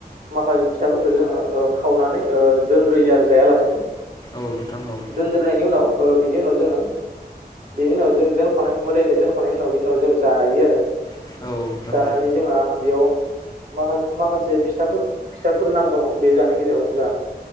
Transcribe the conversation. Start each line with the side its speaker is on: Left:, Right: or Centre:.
Right: माखासे फिथाफोरखौ जोङो ओ खावनानै ओ दोनग्रोयो आरो जायालासिनो।
Left: औ नोंथां औ।
Right: दोनद्रोनायनि उनाव ओ बिनि उनाव जोङो बिनि उनाव जों दोनखानाय मोदायनो दोनखांनायनायनि उनाव बिनि उनाव जों जायो आरो।
Left: औ
Right: जानानै जोंहा बेयाव माखा माखासे फिथाफोर फिथाफोर नाम दङ बे जानायनि गेजेराव जाहा